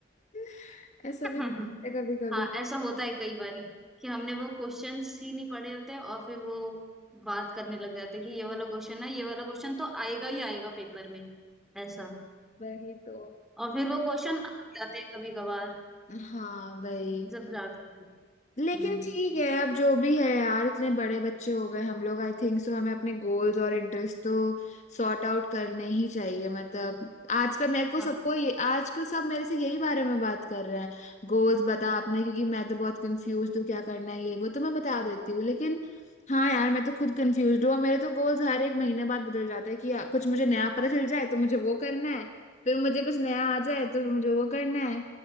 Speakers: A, on the left (about 40°); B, in the centre.
A: <laughs> ऐसा
B: <laughs>
A: भी होता है कभी कभी
B: हाँ ऐसा होता है कई बारी कि हमने वो क्वेश्चंस ही नहीं पढ़े होते और फिर वो बात करने लग जाते हैं कि ये वाला क्वेश्चन है ये वाला क्वेश्चन तो आएगा ही आएगा पेपर में ऐसा
A: वही तो
B: और फिर वो क्वेश्चन आ भी जाते हैं कभी कभार
A: हाँ भाई
B: जब जाते हैं हम्म
A: लेकिन ठीक है अब जो भी है यार इतने बड़े बच्चे हो गए हम लोग आई थिंक सो हमें अपने गोल्स और इंटरेस्ट तो सॉर्ट आउट करने ही चाहिए मतलब आजकल मेरे को
B: हाँ
A: सबको ये आजकल सब मेरे से यही बारे में बात कर रहे हैं गोल्स बता आपने क्योंकि मैं तो बहुत कंफ्यूज हूँ क्या करना है ये वो तो मैं बता देती हूँ लेकिन हाँ यार मैं तो खुद कंफ्यूज हूँ और मेरे तो गोल्स हर एक महीने बाद बदल जाते हैं कि यार, कुछ मुझे नया पता चल जाए तो मुझे वो करना है फिर मुझे कुछ नया आ जाए तो मुझे वो करना है